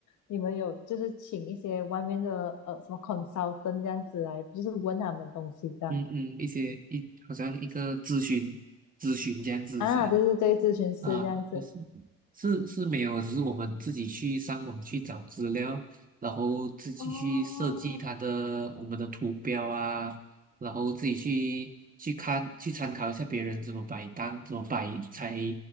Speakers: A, on the left (about 75°); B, on the right (about 30°).
A: 你们有就是请一些外面的呃什么 consultant 这样子来，就是问他们东西这样
B: 嗯嗯，一些一好像一个咨询咨询这样子是吧？
A: 啊？对对对，咨询师这样子。
B: 啊，就是是是没有，只是我们自己去上网去找资料，然后自己去设计它的我们的图标啊，
A: 哦，
B: 然后自己去去看去参考一下别人怎么摆单，怎么摆才